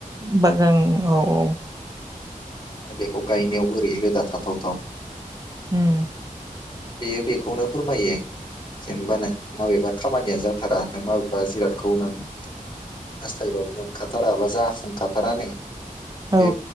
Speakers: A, on the right; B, on the left.
A: बागां औ औ
B: आरो बेखौ गायनायाव बोरै रोदा थाथावथाव
A: हम
B: बेयो बेखौनो फोरमायो जेनबा नाय माबेबा खामानिया जाथारा नों माबेबा जिरादखौ नों हास्थायबो बरखाथाराबा जाफुंखाथारानो
A: औ
B: बे